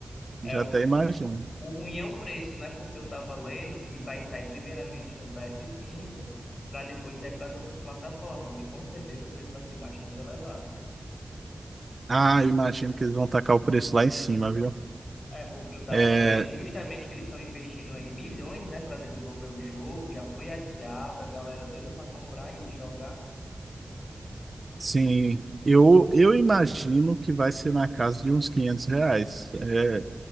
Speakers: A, on the left; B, on the right.
A: É
B: Já
A: o,
B: até imagino.
A: o ruim é o preço, né? Porque eu tava lendo que vai sair primeiramente no PS5 para depois sair para as outras plataformas. E com certeza o preço vai ser bastante elevado.
B: Ah, eu imagino que eles vão tacar o preço lá em cima, viu?
A: É, porque eu tava
B: É,
A: lendo justamente que eles estão investindo aí milhões, né, para desenvolver o jogo, já foi adiado, a galera doida para comprar e jogar.
B: sim, eu, eu imagino que vai ser na casa de uns 500 reais. É,